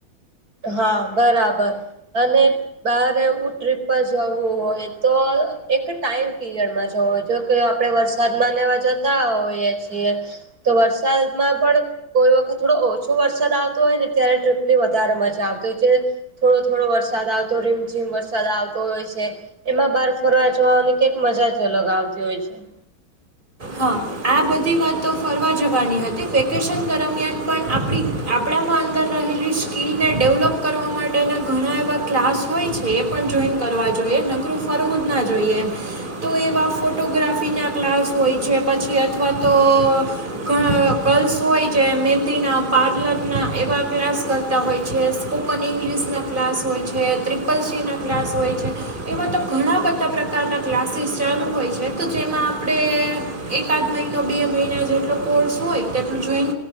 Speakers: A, on the right; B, on the right.
A: હા બરાબર અને બહાર એવું ટ્રીપ પર જવું હોય તો એક ટાઈમ પીરિયડમાં જવો હોય જો કે આપણે વરસાદમાં લેવા જતા હોઈએ છીએ તો વરસાદમાં પણ કોઈ વખત થોડો ઓછો વરસાદ આવતો હોય ને ત્યારે ટ્રિપની વધારે મજ તો આવતો છે. થોડો થોડો વરસાદ આવતો રીમઝીમ વરસાદ આવતો હોય છે. એમાં બહાર ફરવા જવાની કંઈક મજા જ અલગ આવતી હોય છે.
B: હહ આ બધી વાતો ફરવા જવાની હતી. વેકેશન દરમિયાન પણ આપણી આપણામાં અંદર રહેલી સ્કિલને ડેવલપ કરવા માટેના ઘણા એવા ક્લાસ હોય છે એ પન જોઈન કરવા જોઈએ. નકરું ફરવું જ ના જોઈએ એમ. તો એવા ફોટોગ્રાફીના ક્લાસ હોય છે. પછી અથવા તો ગર્લ્સ હોય જે મહેંદીના પાર્લરના એવા ક્લાસ કરતા હોય છે, સ્પોકન ઈંગ્લિશના ક્લાસ હોય છે, ત્રી પલસીના ક્લાસ હોય છે. એવા તો ઘણા બધા પ્રકારના ક્લાસીસ ચાલુ હોય છે. તો જેમાં આપણે
A: હ <inaudible>
B: એકાદ મહિનો બે મહિના જેટલો કોર્સ હોય તેટલું જોઈન